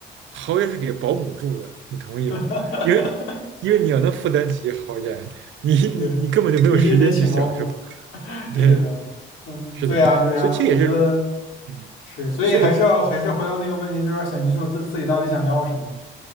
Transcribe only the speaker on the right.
豪宅是给保姆住的，你同意吗？
因为因为你要能负担起豪宅，你你你根本就没有时间去享受。
对，
是的，
所以这也是，
嗯，
所以